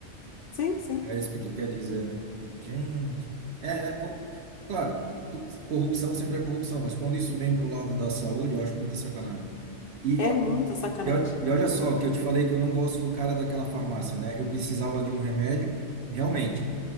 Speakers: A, on the left; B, on the right.
A: sim, sim,
B: É isso que tu quer dizer, né? Gente. É, é co- claro, tu- corrupção sempre é corrupção, mas quando isso vem pro lado da saúde, eu acho muita sacanagem. E,
A: é
B: ó-
A: muita sacanagem.
B: e, ó- e olha só, que eu te falei que eu não gosto do cara daquela farmácia, né? Eu precisava de um remédio, realmente.